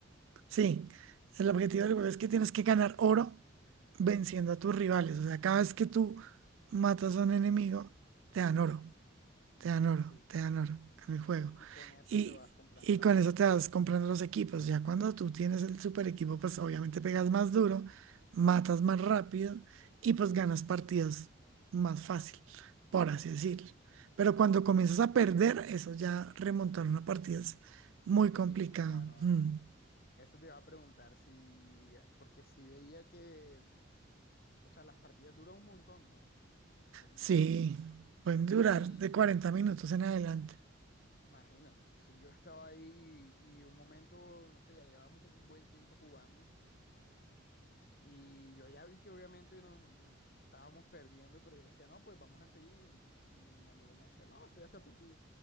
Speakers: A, on the right; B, on the left.
A: Sí, el objetivo del juego es que tienes que ganar oro venciendo a tus rivales. O sea, cada vez que tú matas a un enemigo, te dan oro.
B: ujú,
A: Te dan oro,
B: sí.
A: te dan oro en el juego.
B: Y con eso
A: Y,
B: te vas comprando
A: y
B: las
A: con
B: cosas.
A: eso te vas comprando los equipos. Ya cuando tú tienes el super equipo, pues obviamente pegas más duro, matas más rápido y pues ganas partidas más fácil, por así decirlo. Pero cuando comienzas a perder, eso ya remontar una partida es muy
B: Es difícil,
A: complicado.
B: o sea, no.
A: Mm.
B: Eso te iba a preguntar si, diga- porque si veía que O sea, las partidas duran un montón, ¿no? Son,
A: Sí, pueden durar
B: y
A: de 40 minutos en adelante.
B: imagínate, entonces yo estaba ahí y, y un momento, no sé, ya llevábamos un buen tiempo jugando y yo ya vi que obviamente nos, nos estábamos perdiendo, pero yo decía, no, pues vamos a seguir y, mi amigo me decía, no, esto ya está perdido.